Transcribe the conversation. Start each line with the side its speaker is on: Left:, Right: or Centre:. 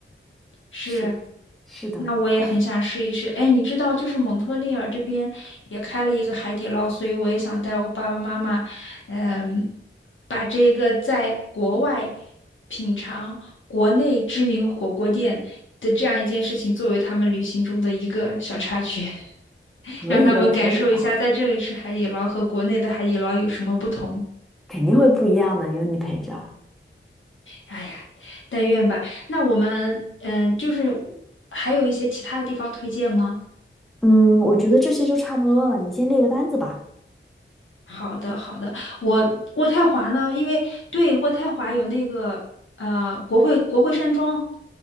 Left: 是。
Centre: 是的，是的。
Left: 那我也很想试一试。哎，你知道，就是蒙特利尔这边也开了一个海底捞，所以我也想带我爸爸妈妈，嗯，把这个在国外品尝国内知名火锅店的这样一件事情，作为他们旅行中的一个小插曲，<laughs>
Centre: 可以的，
Left: 让他们感受一下在这里吃海底捞和国内的海底捞有什么不同。
Centre: 可以的，肯定会不一样的，有你陪着。
Left: 哎呀，但愿吧。那我们，嗯，就是还有一些其他的地方推荐吗？
Centre: 嗯，我觉得这些就差不多了，你先列个单子吧，
Left: 好的，好的。我渥太华呢，因为对渥太华有那个呃国会国会山庄，